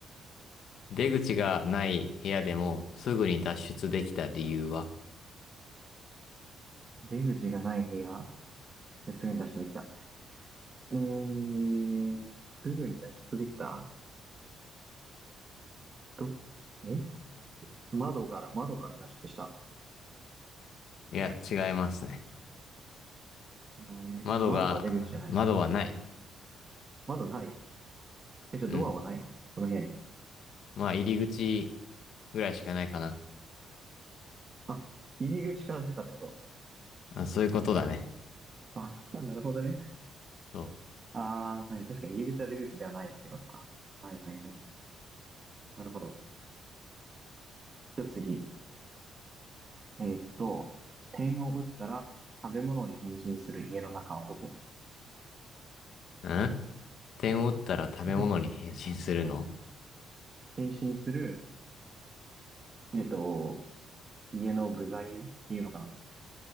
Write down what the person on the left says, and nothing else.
出口がない部屋でも、すぐに脱出できた理由は
いや、違いますね。
窓が、
窓はない。
うん。まあ、入り口ぐらいしかないかな。
あ、そういうことだね。
そ
う。うん点を打ったら食べ物に変身するの